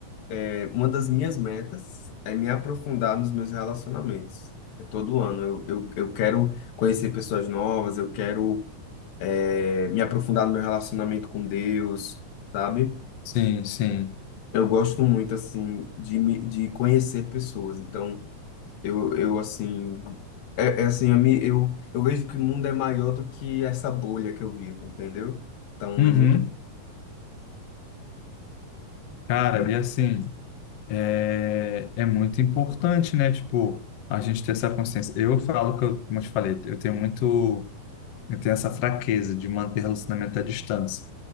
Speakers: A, on the left; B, on the left.
A: é, uma das minhas metas é me aprofundar nos meus relacionamentos. É todo ano. Eu, eu, eu quero conhecer pessoas novas, eu quero, é, me aprofundar no meu relacionamento com Deus, sabe?
B: sim, sim.
A: Eu gosto muito, assim, de, me- de conhecer pessoas. Então, eu, eu assim, é, é assim, eu, me, eu, eu vejo que o mundo é maior do que essa bolha que eu vivo, entendeu? Então,
B: Uhum.
A: é muito.
B: Cara,
A: É
B: e assim, é, é muito importante, né? Tipo, a gente ter essa consciência. Eu falo que eu, como eu te falei, eu tenho muito, eu tenho essa fraqueza de manter relacionamento à distância,